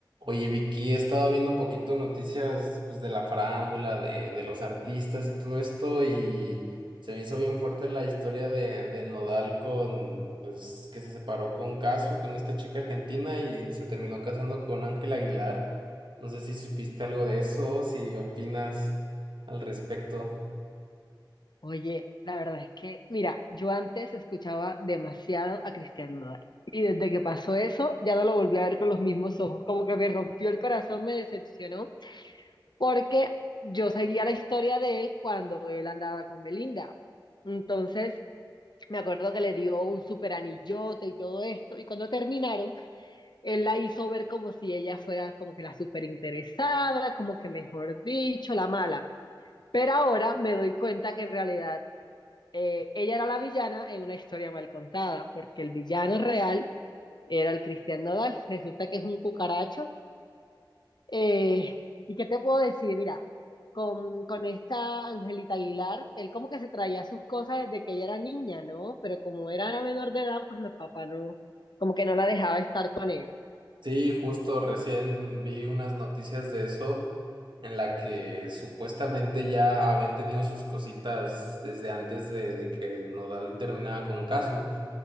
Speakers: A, on the right; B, on the left.
A: Oye, Vicky, he estado viendo poquito noticias pues, de la farándula, de, de los artistas y todo esto, y se me hizo bien fuerte la historia de, de Nodal con, pues, que se separó con Casu, con esta chica argentina, y se terminó casando con Ángel Aguilar. No sé si supiste algo de eso, si opinas al respecto.
B: Oye, la verdad es que, mira, yo antes escuchaba demasiado a Cristian Nodal. Y desde que pasó eso, ya no lo volví a ver con los mismos ojos. Como que me rompió el corazón, me decepcionó, porque yo seguía la historia de él cuando él andaba con Belinda. Entonces, me acuerdo que le dio un super anillote y todo esto. Y cuando terminaron, él la hizo ver como si ella fuera como que la super interesada, como que mejor dicho, la mala. Pero ahora me doy cuenta que en realidad eh, ella era la villana en una historia mal contada, porque el villano real era el Cristian Nodal. Resulta que es un cucaracho. Eh, ¿y qué te puedo decir? Mira, con, con esta Angelita Aguilar, él como que se traía sus cosas desde que ella era niña, ¿no? Pero como era menor de edad, pues el papá no, como que no la dejaba estar con él.
A: Sí, justo recién vi unas noticias de eso en la que supuestamente ya habían tenido sus cositas desde antes de, de que Nodal terminara con Casu.